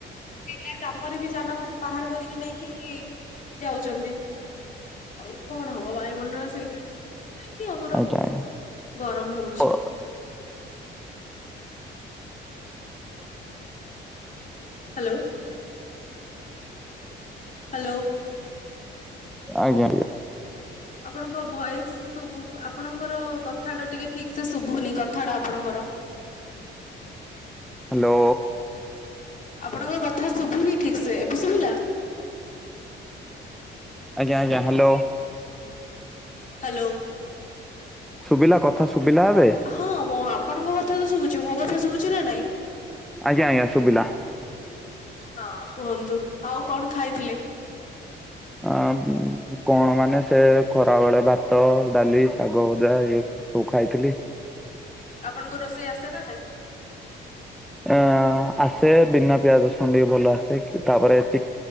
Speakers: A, on the left (about 40°); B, in the centre.
A: ବିନା କାମରେ ବି ଯାନବାହାନ ବାହାର କରିକି ନେଇକି ଯାଉଚନ୍ତି। ଆଉ କଣ ହବ ବାୟୁମଣ୍ଡଳ ସେଇଥିରେ ହେଇକି ଆମର
B: ଆଜ୍ଞା ଆଜ୍ଞା
A: ଗରମ ହଉଚି।
B: ହଁ।
A: ହ୍ୟାଲୋ। ହ୍ୟାଲୋ।
B: ଆଜ୍ଞା ଆଜ୍ଞା।
A: ଆପଣଙ୍କ ଭଏସ ଶୁବୁ ଆପଣଙ୍କର କଥାଟା ଟିକେ ଠିକସେ ଶୁଭୁନି କଥାଟା ଆପଣଙ୍କର।
B: ହ୍ୟାଲୋ।
A: ଆପଣଙ୍କ କଥା ଶୁଭୁନି ଠିକ ସେ, ଏବେ ଶୁଭିଲା?
B: ଆଜ୍ଞା ଆଜ୍ଞା ହ୍ୟାଲୋ।
A: ହ୍ୟାଲୋ।
B: ଶୁବିଲା କଥା ଶୁବିଲା ଏବେ?
A: ହଁ ମୁଁ ଆପଣଙ୍କ କଥା ତ ଶୁଭୁଛି, ମୋ କଥା ଶୁଭୁଛି ନା ନାଇଁ?
B: ଆଜ୍ଞା ଆଜ୍ଞା ସୁବିଲା।
A: ହଁ କୁହନ୍ତୁ ଆଉ କଣ ଖାଇଥିଲେ?
B: ଆ କଣ ମାନେ ସେ ଖରାବେଳେ ଭାତ, ଡ଼ାଲି, ଶାଗ ଭଜା ଇଏ ଓଉ ଖାଇଥିଲି।
A: ଆପଣଙ୍କୁ ରୋଷେଇ ଆସେ ନା ନାଇଁ?
B: ଅ ଆସେ ବିନା ପିଆଜ ରସୁଣ ଟିକେ ଭଲ ଆସେ ତାପରେ ଚି